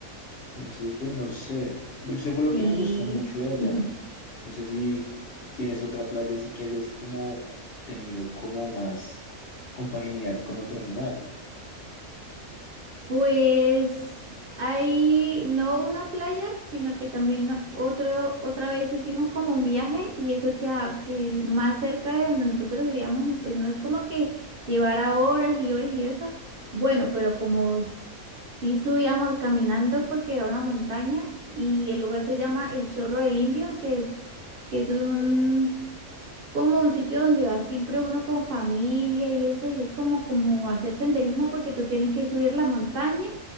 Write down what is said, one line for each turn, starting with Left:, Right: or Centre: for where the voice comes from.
Left: entonces, pues no sé. Eso fue lo
Right: Sí.
Left: que me gustó mucho de allá.
Right: <laughs>
Left: No sé si tienes otra playa así que hayas como tenido como más compaginidad con otro animal.
Right: Pues hay no una playa, sino que también otro, otra vez hicimos como un viaje y eso que, a- que más cerca de donde nosotros vivíamos, no no es como que llevara horas y horas y eso. Bueno, pero como sí subíamos caminando porque era una montaña y el lugar se llama El Chorro del Indio, que es, que es un, como un sitio donde va siempre uno con familia y eso, y es como, como hacer senderismo porque tú tienes que subir la montaña.